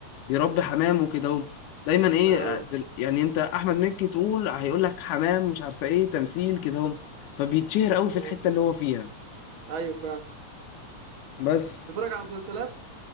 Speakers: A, on the left; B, on the right.
A: بيربي حمام وكده اهو دايما ايه
B: اه
A: دل- يعني انت احمد مكي تقول هيقول لك حمام مش عارفه ايه تمثيل كده اهو فبيتشهر قوي في
B: آه.
A: الحته اللي هو فيها
B: ايوه فاهم
A: بس
B: تتفرج على مسلسلات